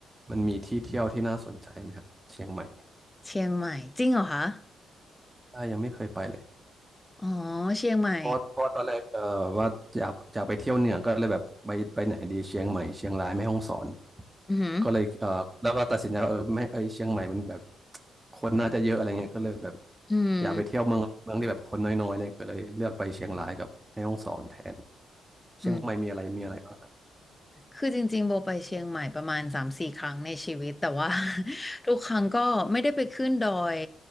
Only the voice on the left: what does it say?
เชียงใหม่จริงเหรอคะ
อ๋อเชียงใหม่
อือหือ
อืม
อืม คือจริงๆโบไปเชียงใหม่ประมาณสามสี่ครั้งในชีวิตแต่ว่า <laughs> ทุกครั้งก็ไม่ได้ไปขึ้นดอย